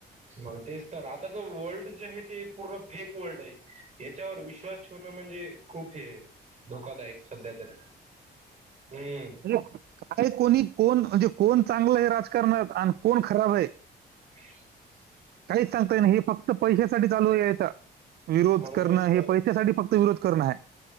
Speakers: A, on the right; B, on the right.
A: म तेच तर आताच वर्ल्ड जे आहे ते पूर्ण फेक वर्ल्ड आहे. याच्यावर विश्वास ठेवणं म्हणजे खूप हे धोकादायक सध्या तरी. हम्म
B: म्हणे काय कोणी कोण म्हणजे कोण चांगलं आहे राजण. करणार आणि कोण खराब आहे.
A: ह.
B: काहीच सांगतय नाही हे फक्त पैशासाठी चालू आहे आहेेत. विरोध
A: मग
B: करणं
A: तेच
B: हे पैशासाठी फक्त विरोध करणं आहे.